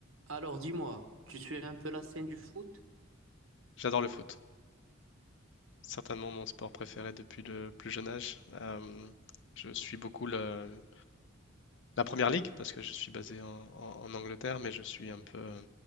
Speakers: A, on the right; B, on the left.
A: Alors, dis-moi, tu suis un peu la scène du foot?
B: J'adore le foot. Certainement mon sport préféré depuis le plus jeune âge. Euh, je suis beaucoup le- la Première Ligue parce que je suis basé en, en- en Angleterre, mais je suis un peu euh,